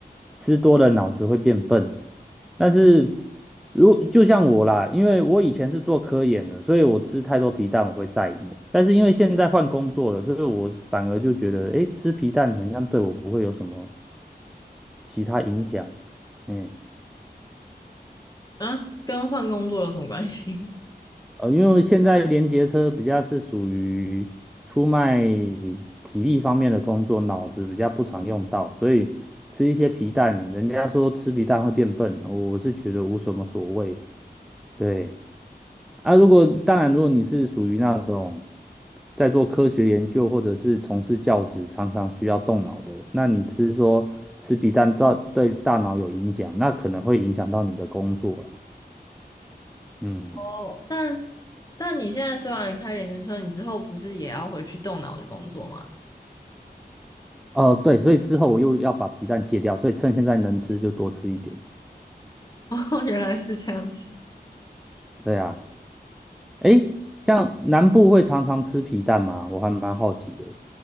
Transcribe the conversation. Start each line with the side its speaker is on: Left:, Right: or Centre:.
Centre: 吃多了脑子会变笨，但是如就像我啦，因为我以前是做科研的，所以我吃太多皮蛋我会在意。但是因为现在换工作了，所以我反而就觉得，诶，吃皮蛋好像对我不会有什么其他影响。嗯。
Left: 啊，跟换工作有什么关系？
Centre: 呃，因为现在连结车比较是属于出卖体力方面的工作，脑子比较不常用到，所以吃一些皮蛋，人家说吃皮蛋会变笨，我是觉得无什么所谓。对啊，如果当然，如果你是属于那种在做科学研究或者是从事教职，常常需要动脑的，那你吃说吃皮蛋造对大脑有影响，那可能会影响到你的工作了。嗯。
Left: <laughs> 哦，但但你现在虽然开连职车，你之后不是也要回去动脑的工作吗？
Centre: 哦，对，所以之后我又要把皮蛋戒掉，所以趁现在能吃就多吃一点。
Left: <laughs> 哦，原来是这样子。
Centre: 对啊，诶，像南部会常常吃皮蛋吗？我还蛮好奇的。